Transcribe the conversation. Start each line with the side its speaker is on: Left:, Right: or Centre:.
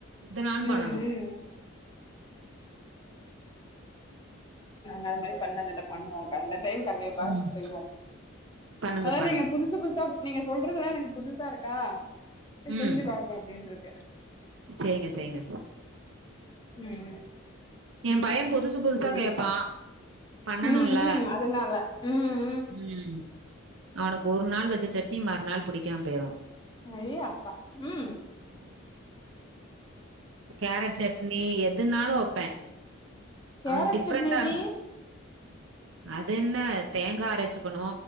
Right: இதனாலும்
Left: ம்
Right: பண்ணனும்
Left: ம் நாங்க அது மாரி பண்ணதுதில்ல பண்ணுவோம் கா செய்வோம் கண்டிப்பாக
Right: ம்.
Left: செய்வோம்
Right: பண்ணுங்க
Left: அதான்
Right: பண்ணுங்க.
Left: நீங்க புதுசு புதுசா நீங்க சொல்றதுல எனக்கு புதுசா இருக்கா செர்
Right: ம்.
Left: செஞ்சு பாப்போம் அப்பிடின்றுக்கே
Right: செய்ங்க செய்ங்க
Left: ம் ம்
Right: ஏ பைய புதுசு புதுசா
Left: செரிங்க்கா
Right: கேப்பா பண்ணணுல்ல
Left: ம் ம் அதனால ம்
Right: ம் அவனுக்கு ஒரு நாள் வச்ச சட்னி மற்நாள் புடிக்காம பேய்ரு
Left: ஐய அப்பா ம்
Right: கேரட் சட்னி எதுனாலு வெப்பே
Left: கேரட்
Right: அவனுக்கு டிஃப்ரெண்டாருந்த
Left: சட்னி எப்டி
Right: அதென்ன தேங்காய் அரைச்சுக்கணு